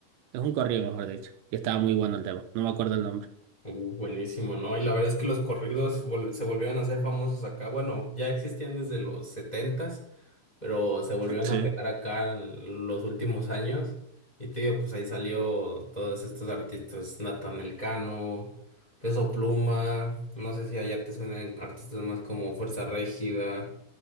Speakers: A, on the right; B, on the left.
A: es un corrido mejor dicho, y estaba muy bueno el tema, no me acuerdo el nombre.
B: Uh, buenísimo, ¿no? Y la verdad es que los corridos vol- se volvieron a hacer famosos acá. Bueno, ya existían desde los setentas, pero se volvieron
A: Sí.
B: a pegar acá en los últimos años. Y te digo, pues ahí salió todos estos artistas, Nathan Elcano, Peso Pluma, no sé si allá te suenan artistas más como Fuerza Régida,